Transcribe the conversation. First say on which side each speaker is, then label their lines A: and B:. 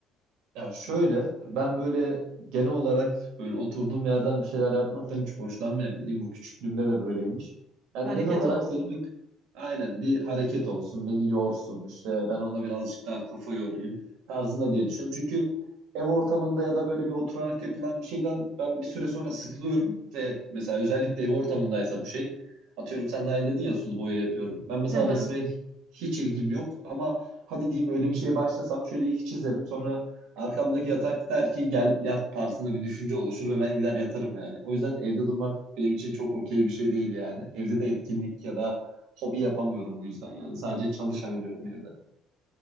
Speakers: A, on the right; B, on the right.
A: Ya şöyle ben böyle genel olarak böyle oturduğum yerden bir şeyler yapmaktan hiç hoşlanmayan biriyim. Bu küçüklüğümde de böyleymiş. Yani
B: Hareket
A: genel olarak
B: olsun.
A: benim hep aynen bir hareket olsun, beni yorsun işte ben ona birazcık daha kafa yorayım tarzında diye düşünüyorum. Çünkü ev ortamında ya da böyle bir oturarak yapılan bir şeyden ben bir süre sonra sıkılıyorum ve mesela özellikle ev ortamındaysa bu şey atıyorum sen de aynı dedin ya sulu boya yapıyorum. Ben mesela
B: Hı hı.
A: resme hiç ilgim yok ama hadi diyeyim öyle bir şeye başlasam şöyle iki çizerim sonra Arkamdaki yatak der ki gel yat tarzında bir düşünce oluşur ve ben gider yatarım yani. O yüzden evde durmak benim için çok okey bir şey değil yani. Evde de etkinlik ya da hobi yapamıyorum bu yüzden yani. Sadece çalışabiliyorum evde.